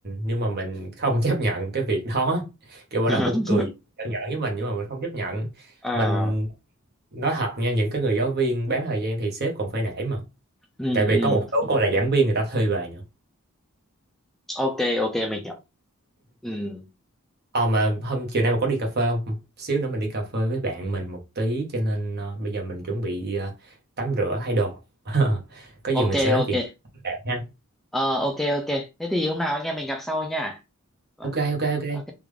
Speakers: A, on the right; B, in the centre.
A: nhưng mà mình không <laughs> chấp nhận cái việc đó kiểu bạn
B: <laughs>
A: đó cũng cười nhỏ nhỏ với mình nhưng mà mình không chấp nhận
B: ờ
A: mình nói thật nha những cái người giáo viên bán thời gian thì sếp còn phải nể mà
B: ừm,
A: tại vì
B: ừm,
A: có một số cô là giảng viên người ta thuê về nữa
B: ok ok mình hiểu Ừm,
A: Ờ mà hôm chiều nay mà có đi cà phê không? Xíu nữa mình đi cà phê với bạn mình một tí cho nên ờ, bây giờ mình chuẩn bị ờ, tắm rửa thay đồ. <laughs> Có gì
B: ok
A: mình sẽ nói
B: ok
A: chuyện với bạn ha.
B: ờ ok ok thế thì hôm nào anh em mình gặp sau nha Vâng,
A: Ok ok ok.
B: ok